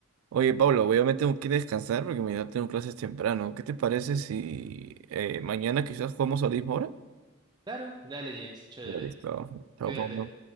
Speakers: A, on the right; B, on the right.
A: Oye, Pablo, voy a me tengo que descansar porque mañana tengo clases temprano. ¿Qué te parece si eh, mañana quizás jugamos a la misma hora?
B: Claro, dale, James, chévere.
A: Listo. Chao,
B: Cuídate.
A: Pablo.